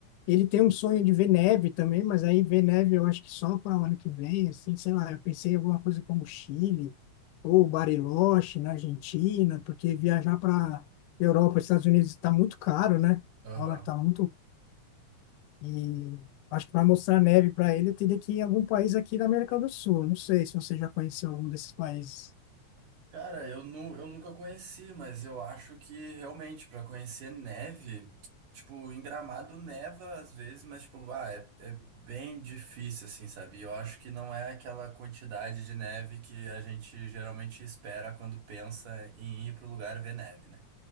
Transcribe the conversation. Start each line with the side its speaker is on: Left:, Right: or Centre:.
Left: Ele tem um sonho de ver neve também, mas aí ver neve eu acho que só para o ano que vem, assim, sei lá. Eu pensei em alguma coisa como Chile ou Bariloche na Argentina, porque viajar para Europa e Estados Unidos está muito caro, né?
Right: Aham.
Left: O dólar está muito e acho que para mostrar neve para ele, eu teria que ir em algum país aqui da América do Sul. Não sei se você já conheceu algum desses países.
Right: Cara, eu, nu eu nunca conheci, mas eu acho que realmente pra conhecer neve, tipo, em Gramado neva às vezes, mas tipo, ah, é, é bem difícil assim, sabe? E Eu acho que não é aquela quantidade de neve que a gente geralmente espera quando pensa em ir pro lugar ver neve, né?